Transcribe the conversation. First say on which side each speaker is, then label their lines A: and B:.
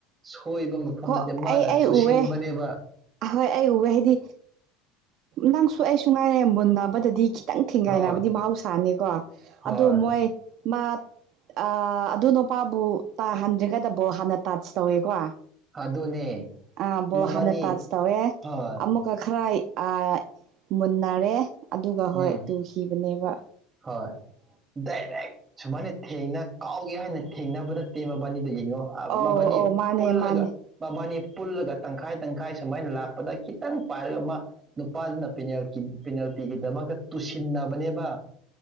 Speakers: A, on the right; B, on the right.
A: ꯁꯣꯏꯕ ꯃꯐꯝ
B: ꯍꯣ
A: ꯅꯠꯇꯦ ꯃꯥꯅ
B: ꯑꯩ ꯑꯩ
A: ꯇꯨꯁꯤꯟꯕꯅꯦꯕ
B: ꯎꯑꯦ ꯑꯍꯣꯏ ꯑꯩ ꯎꯋꯦ ꯍꯥꯏꯗꯤ ꯅꯪꯁꯨ ꯑꯩꯁꯨ ꯉꯥꯏꯔꯦ ꯃꯨꯟꯅꯕꯗꯗꯤ ꯈꯤ ꯇꯪ ꯊꯤꯡꯒꯥꯏꯅꯕꯗꯤ
A: ꯍꯣꯏ
B: ꯃꯍꯧꯁꯥꯅꯤꯀꯣ
A: ꯍꯣꯏ
B: ꯑꯗꯣ ꯃꯣꯏ ꯃꯥ ꯑꯥ ꯑꯗꯨ ꯅꯨꯄꯥꯕꯨ ꯇꯥꯍꯟꯗ꯭ꯔꯤꯀꯟꯗ ꯕꯣꯟ ꯍꯥꯟꯅ ꯇꯥꯁ ꯇꯧꯋꯦꯀꯣ
A: ꯑꯗꯨꯅꯦ
B: ꯑꯥ ꯕꯣꯟ
A: ꯃꯕꯥꯅꯤ
B: ꯍꯥꯟꯅ ꯇꯥꯖ ꯇꯧꯋꯦ
A: ꯍꯣꯏ
B: ꯑꯃꯨꯛ ꯀ ꯈꯔꯥꯏ ꯑ ꯃꯨꯟꯅꯔꯦ ꯑꯗꯨꯒ ꯍꯣꯏ
A: ꯎꯝ
B: ꯇꯨꯈꯤꯕꯅꯦꯕ
A: ꯍꯣꯏ ꯗꯥꯏꯔꯦꯛ ꯁꯨꯃꯥꯏꯅ ꯊꯦꯡꯅ ꯀꯥꯎꯒꯦ ꯍꯥꯏꯅ ꯊꯦꯡꯅꯕ ꯅꯠꯇꯦ ꯃꯕꯥꯅꯤꯗ ꯌꯦꯡꯉꯣ ꯑ
B: ꯑꯧ
A: ꯃꯕꯥꯅꯤ
B: ꯑꯧ ꯃꯥꯅꯦ
A: ꯄꯨꯜꯂꯒ
B: ꯃꯥꯅꯦ
A: ꯃꯕꯥꯅꯤ ꯄꯨꯜꯂꯒ ꯇꯪꯈꯥꯏ ꯇꯪꯈꯥꯏ ꯁꯨꯃꯥꯏꯅ ꯂꯥꯛꯄꯗ ꯈꯤꯇꯪ ꯄꯥꯏꯔꯒ ꯑꯃ ꯅꯨꯄꯥꯗꯨꯅ ꯄꯦꯅꯥꯜꯀꯤ ꯄꯦꯅꯥꯜꯇꯤꯒꯤꯗꯃꯛꯇ ꯇꯨꯁꯤꯟꯅꯕꯅꯦꯕ